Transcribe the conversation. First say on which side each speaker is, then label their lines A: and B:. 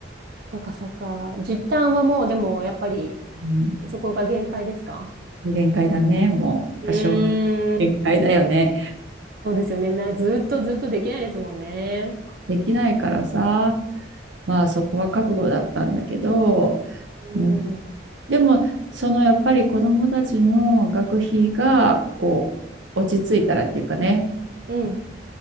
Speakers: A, on the right; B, on the right.
A: そうか、そうか。実態はもう、でも、やっぱり、
B: ん
A: そこが限界ですか
B: 限界だね、もう、やっぱ小学限界だよね。
A: うーんそうですよね。な、ずっとずっとできないですもんね。
B: できないからさ、まあそこは覚悟だったんだけど、
A: うん。
B: うん、でも、そのやっぱり子どもたちの学費がこう落ち着いたらっていうかね、
A: うん。